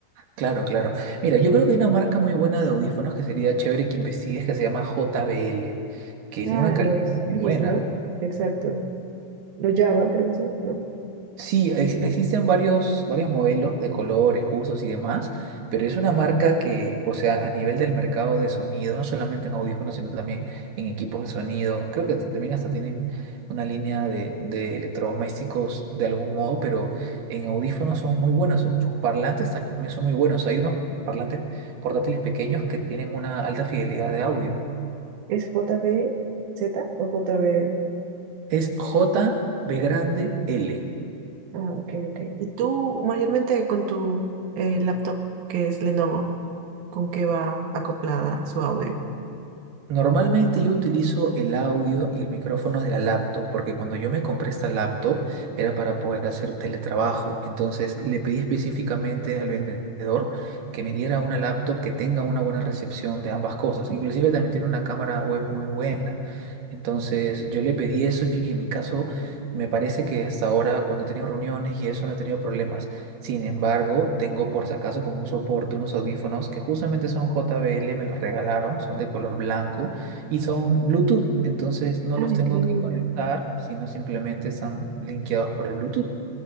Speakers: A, on the right; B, on the right.
A: Claro, claro. Mira, yo creo que hay una marca muy buena de audífonos que sería chévere que investigues, que se llama JBL, que
B: Ah,
A: tiene una calidad
B: los
A: muy
B: Bs,
A: buena.
B: ¿no? Exacto. Los Java, creo que son, ¿no?
A: Sí, ex- existen varios, varios modelos de colores, gustos y demás, pero es una marca que, o sea, a nivel del mercado de sonido, no solamente en audífonos, sino también en equipos de sonido, creo que también hasta tienen una línea de, de electrodomésticos de algún modo, pero en audífonos son muy buenos, sus sus parlantes también son muy buenos, hay unos parlantes portátiles pequeños que tienen una alta fidelidad de audio.
B: ¿Es JBZ o JB?
A: Es J B grande L.
B: Ah, ok, ok. ¿Y tú mayormente con tu eh, laptop que es Lenovo, con qué va acoplada su audio?
A: Normalmente yo utilizo el audio y el micrófono de la laptop, porque cuando yo me compré esta laptop era para poder hacer teletrabajo. Entonces le pedí específicamente al vendedor que me diera una laptop que tenga una buena recepción de ambas cosas. Inclusive también tiene una cámara web muy buena. Entonces yo le pedí eso y en mi caso me parece que hasta ahora cuando he tenido reuniones y eso no he tenido problemas. Sin embargo, tengo por si acaso como un soporte unos audífonos que justamente son JBL, me los regalaron, son de color blanco y son Bluetooth, entonces no
B: Ah,
A: los
B: increíble.
A: tengo que conectar, sino simplemente están linkeados por el Bluetooth.